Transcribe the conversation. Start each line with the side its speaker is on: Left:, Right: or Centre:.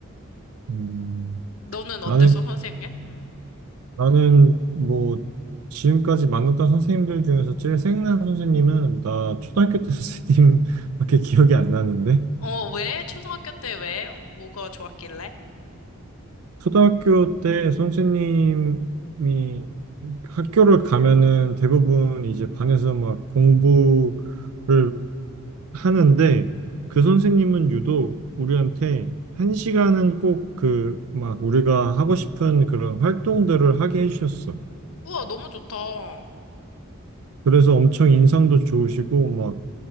Right: 음,
Left: 너는 어땠어,
Right: 나는
Left: 선생님? 음.
Right: 나는 뭐 지금까지 만났던 선생님들 중에서 제일 생각나는 선생님은 나 초등학교 때 <laughs> 선생님밖에 기억이 안 나는데.
Left: 어, 왜? 초등학교 때 왜? 어, 뭐가 좋았길래?
Right: 초등학교 때 선생님이 학교를 가면은 대부분 이제 반에서 막 공부를 하는데 그 선생님은 유독 우리한테 한 시간은 꼭 그 막 우리가 하고 싶은 그런 활동들을 하게 해주셨어.
Left: 우와, 너무 좋다.
Right: 그래서 엄청 인상도 좋으시고